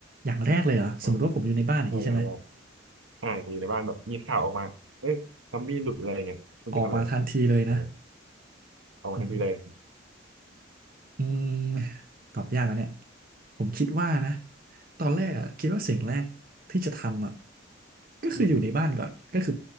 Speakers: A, on the right; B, on the right.
A: อย่างแรกเลยเหรอสมมติว่าผมอยู่ในบ้านอย่างนี้ใช่ไหม
B: อ่าอ่อย่างแรกอ่าอยู่ในบ้านแบบมีข่าวออกมาเอ๊ะซอมบี้หลุดอะไรเงี้ยคุณจะทำอะไร
A: ออกมาทันทีเลยนะ
B: อืมเอาทันทีเลย
A: อืมอืมตอบยากนะเนี่ยผมคิดว่านะตอนแรกอ่ะคิดว่าสิ่งแรกที่จะทำอ่ะก็คืออยู่ในบ้านก่อนก็คือ
B: อืม